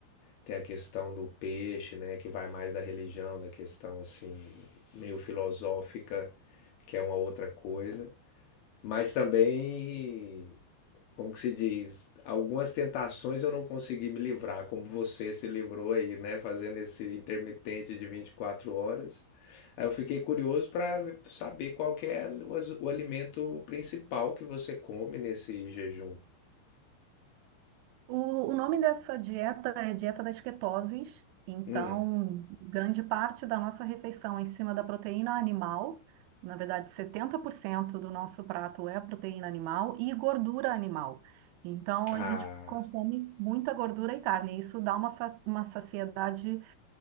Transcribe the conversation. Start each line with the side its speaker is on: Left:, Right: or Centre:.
Left: tem a questão do peixe, né? Que vai mais da religião, da questão assim, meio filosófica, que é uma outra coisa. Mas também como que se diz, algumas tentações eu não consegui me livrar, como você se livrou aí, né, fazendo esse intermitente de 24 horas. Aí eu fiquei curioso para saber qual que é o, as- o alimento principal que você come nesse jejum.
Right: O, o nome dessa dieta é dieta das ketoses. Então,
Left: Hum,
Right: grande parte da nossa refeição é em cima da proteína animal. Na verdade, 70% do nosso prato é proteína animal e gordura animal. Então,
Left: ah,
Right: a gente consome muita gordura e carne. e Isso dá uma, sa- uma saciedade